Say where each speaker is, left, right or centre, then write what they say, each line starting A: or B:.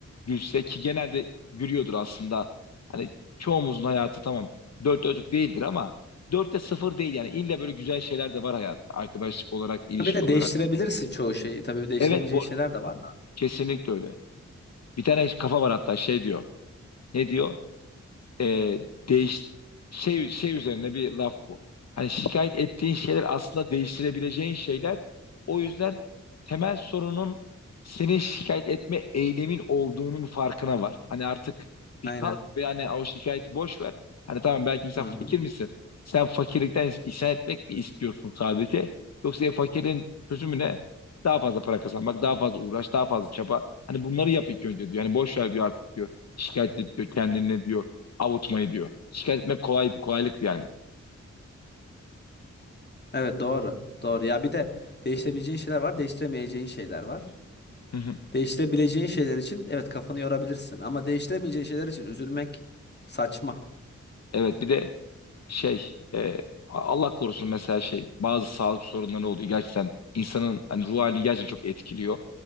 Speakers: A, on the left (about 60°); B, on the left (about 35°).
A: gülse ki genelde gülüyordur aslında. Hani çoğumuzun hayatı tamam dört dörtlük değildir ama dörtte sıfır değil yani illa böyle güzel şeyler de var hayat arkadaşlık olarak ilişki
B: Bir de
A: olarak
B: değiştirebilirsin çoğu şeyi. Tabii değiştiremeyeceğin
A: evet bu
B: şeyler
A: arada
B: de var da.
A: kesinlikle öyle bir tane kafa var hatta şey diyor. Ne diyor? e, değiş şey şey üzerine bir laf bu. Hani şikayet ettiğin şeyler aslında değiştirebileceğin şeyler. O yüzden temel sorunun senin şikayet etme eylemin olduğunun farkına var. Hani artık bir
B: Aynen.
A: kalk ve hani o şikayeti boş ver. Hani tamam belki mesela
B: Hı
A: fakir
B: hı.
A: misin? Sen fakirlikten isyan etmek mi istiyorsun sadece? Yoksa fakirin çözümü ne? Daha fazla para kazanmak, daha fazla uğraş, daha fazla çaba. Hani bunları yap ilk önce diyor. Hani boş ver diyor artık diyor. Şikayet edip diyor kendine diyor avutmayı diyor. Şikayet etmek kolay, kolaylıktı yani diyor.
B: Evet doğru. Doğru. Ya bir de değiştirebileceğin şeyler var, değiştiremeyeceğin şeyler var.
A: Hı hı.
B: Değiştirebileceğin şeyler için evet kafanı yorabilirsin ama değiştiremeyeceğin şeyler için üzülmek saçma.
A: Evet bir de şey e, Allah korusun mesela şey bazı sağlık sorunları oluyor. Gerçekten insanın hani ruh halini gerçekten çok etkiliyor.